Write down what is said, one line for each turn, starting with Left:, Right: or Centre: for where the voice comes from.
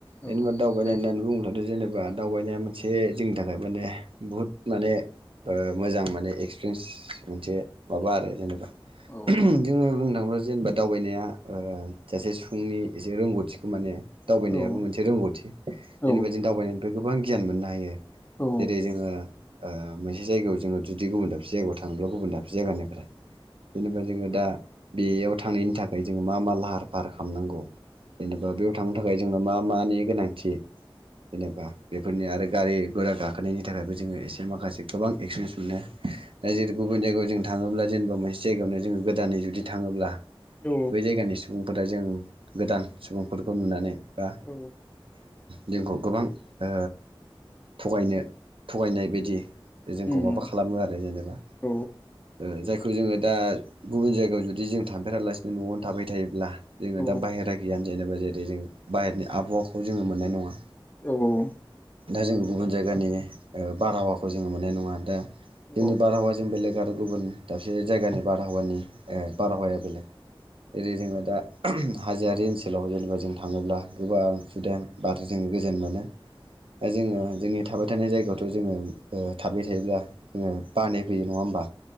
Right: जेनेबा
Left: औ
Right: दावबायनाय
Left: दे
Right: होननानै बुङोब्लाथ जेनेबा दावबायनाया मोनसे जोंनि थाखाय माने बहुद माने मोजां माने एक्सपिरियेन्स मोनसे माबा आरो जेनेबा
Left: औ
Right: जोङो बुंनो थाङोबा जेनेबा दावबायनाया ओ सासे सुबुंनि एसे रोंगौथिखौ खौ माने दावबायनायाबो
Left: औ
Right: मोनसे रोंगौथि
Left: औ
Right: जेनेबा जों दावबायनायनिफ्राय गोबां गियान मोननो हायो
Left: औ
Right: जेरै जोङो ओ मोनसे जायगायाव जोङो जुदि गुबुन दाबसे जायगायाव थाङोब्ला गुबुन दाबसे जायगानिफ्राय जेनेबा जोङो दा बेयाव थांनायनि थाखाय जोङो मा मा लाहार फाहार खामनांगौ जेनेबा
Left: औ
Right: बेयाव थांनो थाखाय जोंनाव मा मानि गोनांथि जेनेबा बेफोरनि आरो गारि गोरा गाखोनायनि थाखायबो जोङो एसे माखासे गोबां एक्सपिरियेन्स मोनो
Left: औ
Right: दा जेरै गुबुन जायगायाव जों थाङोब्ला जेनेबा मोनसे जायगायावनो जोङो गोदानै जुदि थाङोब्ला
Left: औ
Right: बै जायगानि सुबुं दा जों गोदान सुबुंफोरखौ नुनानै ओआ
Left: औ
Right: जोंखौ गोबां ओ थगायनो थगायनाय बिदि जोंखौ
Left: उम
Right: माबा खालामो आरो जेनेबा
Left: औ
Right: ओ जाय बेखौ जोङो दा गुबुन जायगायाव जुदि जों थांफेरालासिनो न'आवनो थाबाय थायोब्ला जोङो
Left: औ
Right: दा बाहेरा गियान जेनेबा जेरै जों बाहेरनि आबहावाखौ जोङो मोननाय नङा
Left: औ औ औ
Right: दा जोङो गुबुन जायगानि ओ बारहावाखौ जोङो मोननाय नङा दा
Left: औ
Right: जोंनि बारहावा जों बेलेग आरो गुबुन दाबसे जायगानि बारहावानि ओ बारहावाया बेलेग जेरै जोङो दा <unintelligible> हाजोरि ओन सोलाव जेनेबा जों थाङोब्ला गोबां सुदेम बारजों जोङो गोजोन मोनो दा जोङो जोंनि थाबाय थानाय जायगायावथ' जोङो ओ थाबाय थायोब्ला जोङो बानाय फैयो नङा होमबा